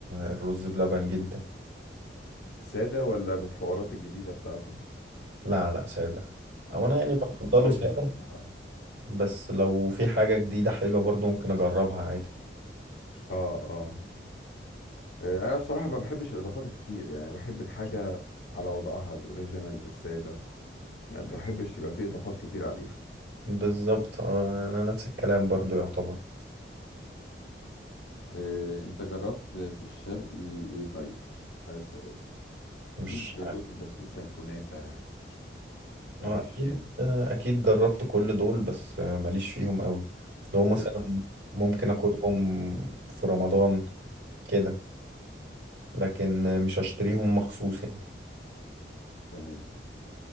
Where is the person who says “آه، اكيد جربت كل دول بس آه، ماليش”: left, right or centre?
Right